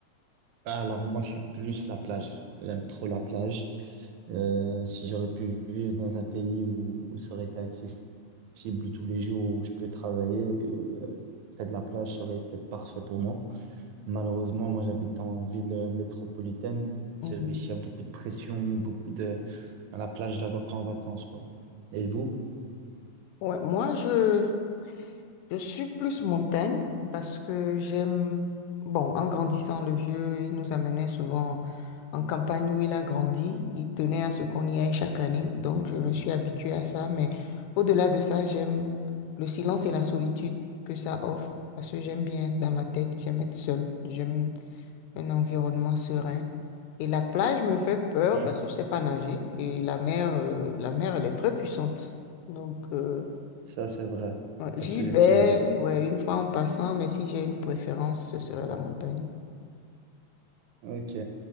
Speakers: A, on the right; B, on the left.
A: Alors moi je suis plus la plage. J'aime trop la plage. Euh, si j'aurais pu vivre dans un pays où, où ça aurait été accessible tous les jours, où je peux travailler, euh, près de la plage, ça aurait été parfait pour moi. Malheureusement, moi j'habite en ville euh, métropolitaine. C'est,
B: Mm.
A: ici il y a beaucoup de pression, beaucoup de À la plage, je la vois qu'en vacances, quoi. Et vous?
B: Ouais, moi, je, Je suis plus montagne parce que j'aime, bon, en grandissant, le vieux, il nous amenait souvent en campagne où il a grandi. Il tenait à ce qu'on y aille chaque année. Donc, je me suis habituée à ça. Mais au-delà de ça, j'aime le silence et la solitude que ça offre parce que j'aime bien être dans ma tête, j'aime être seule, j'aime un environnement serein. Et la plage me fait peur
A: Hmm,
B: parce que je sais pas nager et la mer, euh, la mer, elle est très puissante. Donc, euh,
A: Ça, c'est vrai.
B: Ouais,
A: Faut pas
B: J'y
A: sous-estimer
B: vais,
A: l'eau.
B: ouais, une fois en passant, mais si j'ai une préférence, ce serait la montagne.
A: Ok.